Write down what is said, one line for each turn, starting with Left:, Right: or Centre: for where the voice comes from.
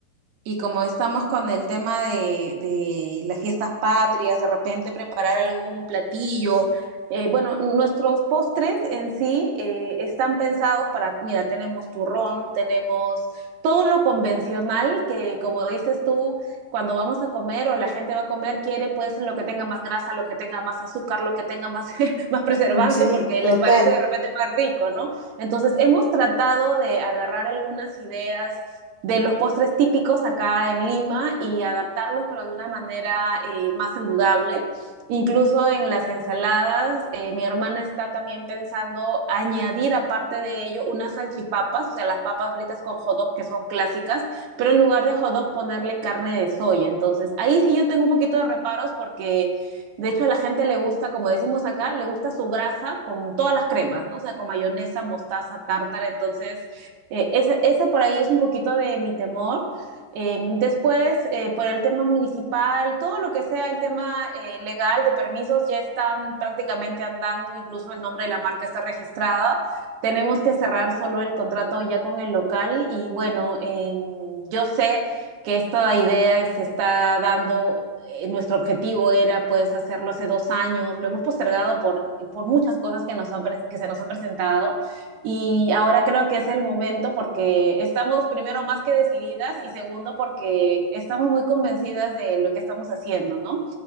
Right: Y como estamos con el tema de, de las fiestas patrias, de repente preparar algún platillo. Eh, bueno, nuestros postres en sí eh, están pensados para, mira, tenemos turrón, tenemos todo lo convencional que, como dices tú, cuando vamos a comer o la gente va a comer, quiere pues lo que tenga más grasa, lo que tenga más azúcar, lo que tenga más, <laughs> más preservante,
Left: <laughs> Sí,
Right: porque
Left: total.
Right: les parece de repente más rico, ¿no? Entonces, hemos tratado de agarrar algunas ideas de los postres típicos acá en Lima y adaptarlos, pero de una manera eh, más saludable. Incluso en las ensaladas, eh, mi hermana está también pensando añadir aparte de ello unas salchipapas, o sea, las papas fritas con hot dog que son clásicas, pero en lugar de hot dog ponerle carne de soya. Entonces, ahí sí yo tengo un poquito de reparos porque de hecho a la gente le gusta, como decimos acá, le gusta su grasa con todas las cremas, ¿no? O sea, con mayonesa, mostaza, tártara. Entonces, eh, esa, esa por ahí es un poquito de mi temor. Eh, después, eh, por el tema municipal, todo lo que sea el tema eh, legal de permisos ya están prácticamente andando, incluso el nombre de la marca está registrada. Tenemos que cerrar solo el contrato ya con el local y bueno, em, yo sé que esta idea se está dando, eh, nuestro objetivo era pues hacerlo hace dos años, lo hemos postergado por, por muchas cosas que, nos han que se nos han presentado y ahora creo que es el momento porque estamos primero más que decididas y segundo porque estamos muy convencidas de lo que estamos haciendo, ¿no?